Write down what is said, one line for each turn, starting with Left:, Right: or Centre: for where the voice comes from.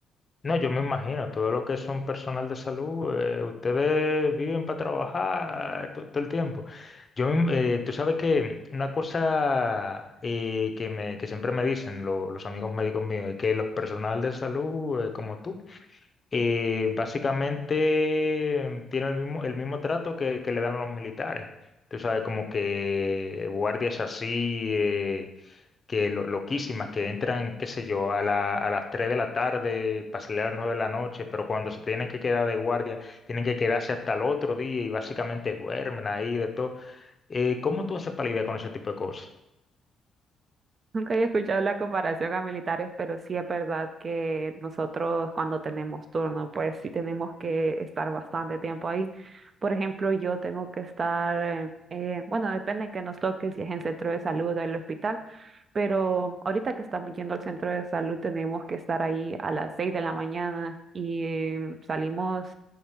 Left: No, yo me imagino, todo lo que son personal de salud, eh, ustedes viven para trabajar to- todo, el tiempo. Yo, me- eh, tú sabes que una cosa eh, que, me, que siempre me dicen lo- los amigos médicos míos es que los personal de salud, eh, como tú, y básicamente tiene el mismo, el mismo trato que, que le dan a los militares. Tú sabes, como que guardias así, eh, que lo- loquísimas, que entran, qué sé yo, a la- a las 3 de la tarde para salir a las 9 de la noche, pero cuando se tienen que quedar de guardia, tienen que quedarse hasta el otro día y básicamente duermen ahí de todo. Eh, ¿cómo tú haces para lidiar con ese tipo de cosas?
Right: Nunca había escuchado la comparación a militares, pero sí es verdad que nosotros cuando tenemos turno, pues sí tenemos que estar bastante tiempo ahí. Por ejemplo, yo tengo que estar, eh, eh, bueno, depende que nos toque, si es en centro de salud o el hospital, pero ahorita que estamos yendo al centro de salud tenemos que estar ahí a las 6 de la mañana y eh, salimos